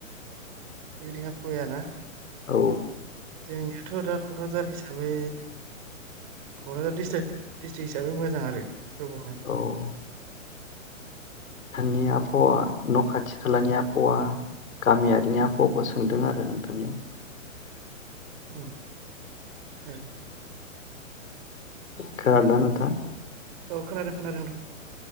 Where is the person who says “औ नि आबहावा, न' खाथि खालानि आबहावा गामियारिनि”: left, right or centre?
Left